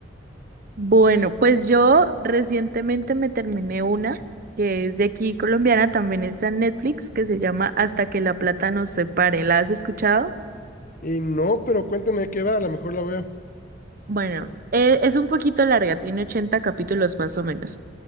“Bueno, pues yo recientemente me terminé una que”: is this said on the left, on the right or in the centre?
Right